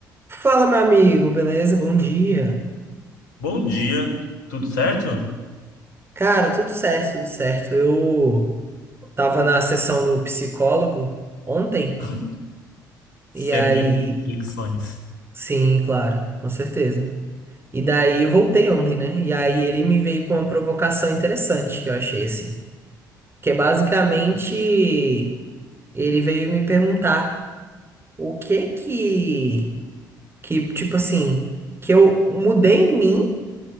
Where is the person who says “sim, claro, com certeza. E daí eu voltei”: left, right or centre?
Right